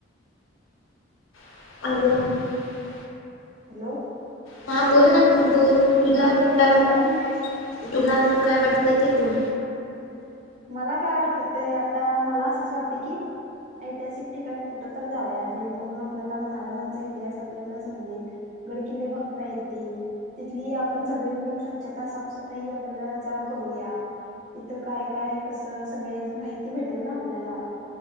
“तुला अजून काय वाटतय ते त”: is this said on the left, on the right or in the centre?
Left